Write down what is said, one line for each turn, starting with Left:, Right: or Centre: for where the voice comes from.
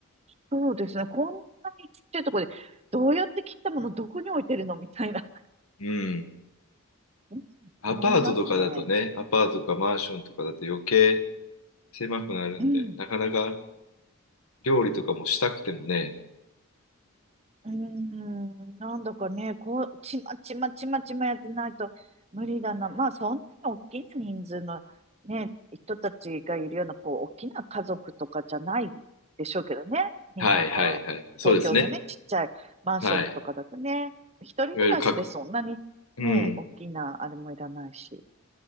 Right: そうですね。こんなにちっちゃいところで、どうやって切ったものどこに置いてるのみたいな。
Left: うん。
Right: うん、
Left: アパートとかだとね、
Right: 思いますね。
Left: アパートとかマンションとかだと余計狭くなるんで、
Right: うん。
Left: なかなか料理とかもしたくてもね。
Right: うーん、なんだかね、こう、ちまちまちまちまやってないと無理だな。まあ、そんなに大きな人数のね、人たちがいるような、こう、大きな家族とかじゃないでしょうけどね。日本の、
Left: はいはいはい。そうですね。
Right: 東京のね、ちっちゃいマンションとかだとね、
Left: はい。
Right: 一人暮らしでそんなにね、
Left: いわゆる各、うん。
Right: 大きなあれもいらないし。